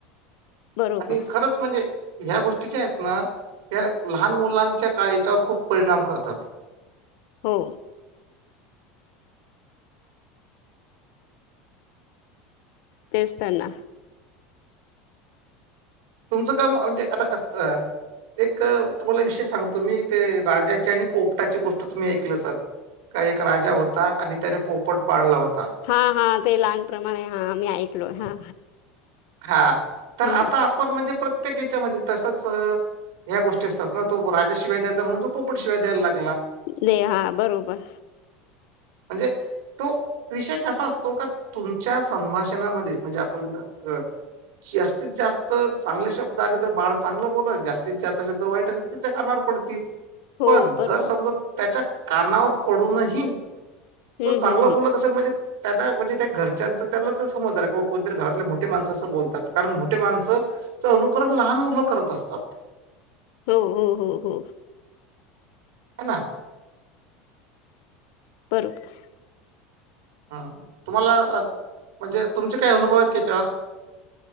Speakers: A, on the left; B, on the right.
A: बरोबर
B: आणि खरंच म्हणजे ह्या गोष्टीच्या आहेत ना या लहान मुलांच्या का याच्यावर खूप परिणाम करतात
A: हो तेच त्यांना
B: तुमचं काम म्हणजे आता अ एक तुम्हाला विषय सांगतो मी ते राजाची आणि पोपटाची गोष्ट तुम्ही ऐकलं सर का एक राजा होता आणि त्याने पोपट पाळला होता.
A: हा हा ते लहानप्रमाणे हा मी ऐकलोय हा.
B: हा तर
A: हा
B: आता आपण म्हणजे प्रत्येकाच्या मध्ये तसच. ह्या गोष्टी असतात ना तो राजा शिय द्यायचा म्हणून तो पोपट शिवाय द्यायला लागला.
A: दे हा बरोबर
B: म्हणजे तो विषय कसा असतो का तुमच्या संभाषणामध्ये म्हणजे आपण अ जास्तीत जास्त चांगले शब्द आले तर बाळ चांगलं बोललात जास्तीत जास्त शब्द वाईट आले तर त्या कान पडत
A: हो
B: पण
A: बरोबर
B: जर समजा त्याच्या कानावर पडूनही
A: हम्म
B: तो चांगला
A: हम्म हम्म
B: बोलत असेल म्हणजे त्या म्हणजे त्या घरच्याचं त्यांना समजणार किं कोणतरी घरातले मो मोठी माणस असं बोलतात कारण मोठे माणसंच अनुकरण लहान मुलं करत असतात.
A: हो हो हो हो
B: ह ना.
A: बरोबर
B: हम तुम्हाला म्हणजे तुमचे काय अनुभव आहेत त्याच्यावर